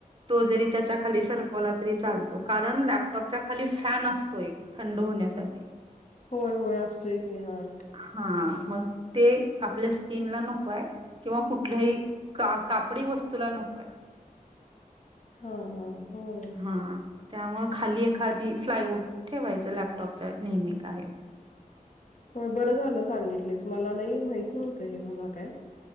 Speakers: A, on the right; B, on the left.
A: तो जरी त्याच्या खाली सरकवला तरी चालतो, कारण लॅपटॉपच्या खाली फॅन असतो एक थंड होण्यासाठी.
B: होय होय असतोय की हा.
A: हा मग ते आपल्या स्किन ला नकोय किंवा कुठल्याही का कापडी वस्तूला नकोय.
B: <inaudible> हां होय
A: हा त्यामुळे खाली एखादी फ्लायवूड ठेवायचं लॅपटॉपच्या नेहमी कायम.
B: हो बरं झालं सांगितलीस, मला नाही माहित नव्हत हे मला काय